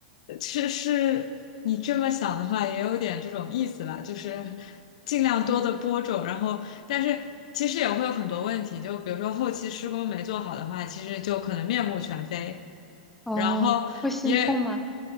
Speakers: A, on the left (about 60°); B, in the centre.
A: 其实你这么想的话，也有点这种意思吧，就是尽量多的播种，
B: 嗯，
A: 然后但是其实也会有很多问题，就比如说后期施工没做好的话，其实就可能面目全非，
B: 哦，
A: 然后也
B: 会心痛吗？